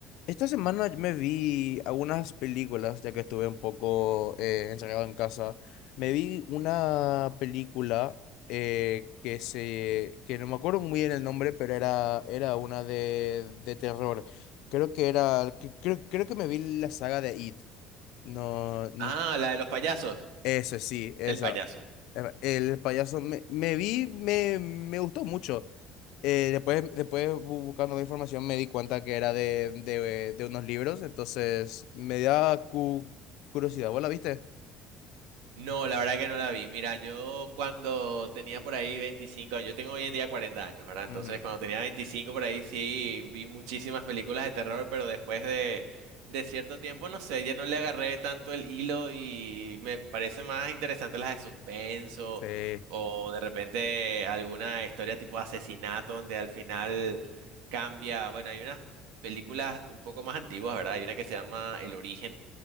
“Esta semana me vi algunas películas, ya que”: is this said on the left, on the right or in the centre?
Left